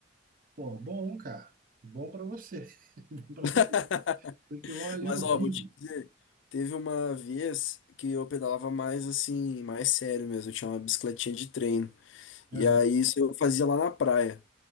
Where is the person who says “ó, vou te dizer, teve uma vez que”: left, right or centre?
Left